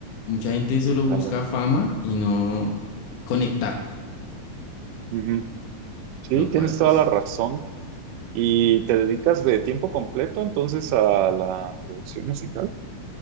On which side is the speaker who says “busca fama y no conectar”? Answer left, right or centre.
Left